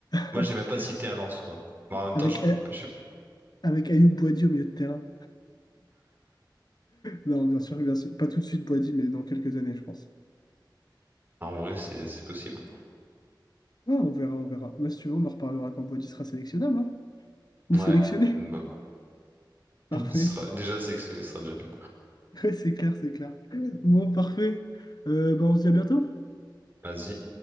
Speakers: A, on the left; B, on the right.
A: <laughs>
B: Moi, j'ai même pas cité un lance, quoi. Mais en même
A: Avec,
B: temps, je peux.
A: A-
B: je sais pas.
A: avec Ayoub Boadi au milieu de terrain. Non, bien sûr, bien sûr. Pas tout de suite Boadi, mais dans quelques années, je pense.
B: En vrai, c'est c'est possible.
A: Ah, on verra, on verra. Mais si tu veux, on en reparlera quand Boadi sera sélectionnable, hein. Ou
B: Ouais.
A: sélectionné.
B: Bah,
A: <laughs> Parfait.
B: ce sera- Déjà, c'est que ce sera déjà bien.
A: Ouais, c'est clair, c'est clair. Bon, parfait. Euh, bah, on se dit à bientôt.
B: Vas-y.